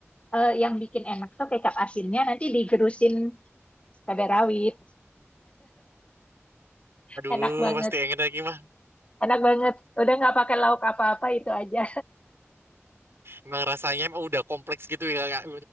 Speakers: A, on the left; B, on the right.
A: eh, yang bikin enak tuh kecap asinnya nanti digerusin cabai rawit.
B: Aduh,
A: Enak banget.
B: pasti enak lagi mah.
A: Enak banget. Udah nggak pakai lauk apa-apa itu aja.
B: Emang rasanya emang udah kompleks gitu ya kak.